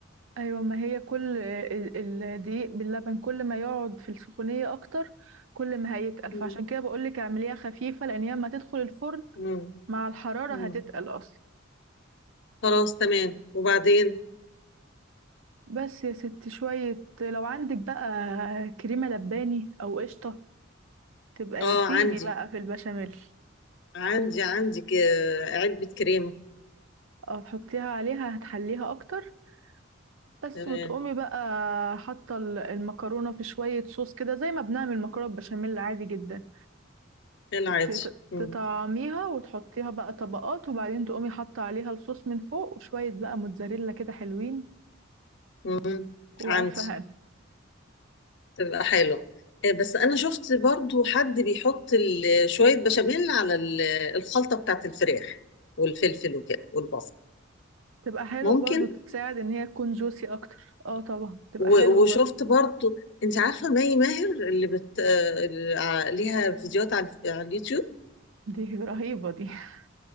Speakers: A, on the right; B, on the left.
A: ايوه ما هي كل ال- ال- الدقيق باللبن كل ما يقعد في السخونية اكتر كل ما هيتقل فعشان
B: امم
A: كده بقولك اعمليها خفيفة لان هي اما تدخل الفرن
B: امم
A: مع الحرارة
B: امم
A: هتتقل اصلا
B: خلاص تمام وبعدين
A: بس يا ست شوية لو عندك بقى كريمة لباني او قشطة تبقى
B: اه
A: يا سيدي
B: عندي
A: بقى في البشاميل
B: عندي عندي ك- علبة كريمة
A: او تحطيها عليها هتحليها اكتر بس
B: تمام
A: وتقومي بقى حاطه ال- المكرونه في شويه صوص كده زي ما بنعمل مكرونه بشاميل عادي جدا
B: ايه العادي
A: تت-
B: مم.
A: تطعميها وتحطيها بقى طبقات وبعدين تقومي حاطه عليها الصوص من فوق وشويه بقى موتزاريلا كده حلوين
B: مم.
A: والف
B: عندي
A: هنا
B: تبقى حلو إيه، بس أنا شفت برضو حد بيحط ال- شوية بشاميل على ال- الخلطة بتاعت الفراخ والفلفل وكده والبصل
A: تبقى حلوه
B: ممكن
A: برضو تساعد ان هي تكون جوسي اكتر اه طبعا تبقى
B: و-
A: حلوه
B: وشفت
A: برضو
B: برضو أنت عارفة مي ماهر اللي بت... آه، اللي ع- ليها فيديوهات على الف- على اليوتيوب
A: دي رهيبه دي <laughs>